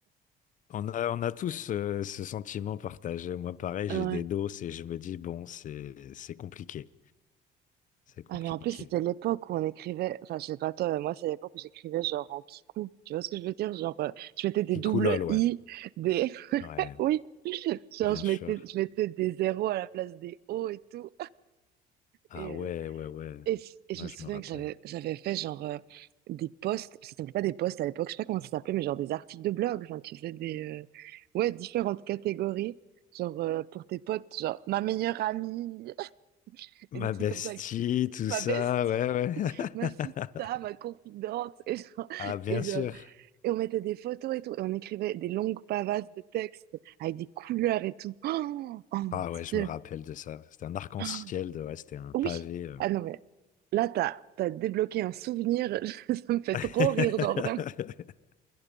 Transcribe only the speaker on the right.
<laughs>
Ah, mais en plus, c'était l'époque où on écrivait, enfin, je sais pas toi, mais moi, c'est l'époque où j'écrivais genre en kikou. Tu vois ce que je veux dire? Genre, euh, je mettais des
doubles
i, des, <laughs>
oui, genre,
je
mettais, je mettais des zéros à la place des o et tout.
Et,
euh,
et, et je
me souviens
que j'avais, j'avais fait genre euh, des posts, ça s'appelait pas des posts à l'époque, je sais pas comment ça s'appelait, mais genre des articles de blog. Enfin, tu faisais des, euh, ouais, différentes catégories, genre euh, pour tes potes, genre ma meilleure amie, <laughs>
et des trucs
comme ça, avec
ma
bestie.
ma
sista, ma confidente. Et, genre-
et, genre-
et on mettait des photos et tout. Et on écrivait des longues pavasses de textes avec des couleurs et tout. Oh, oh mon
Dieu.
Oh,
Oui.
Ah non, mais là, t'as, t'as débloqué un souvenir. <laughs> Ça me fait trop
rire, genre vraiment.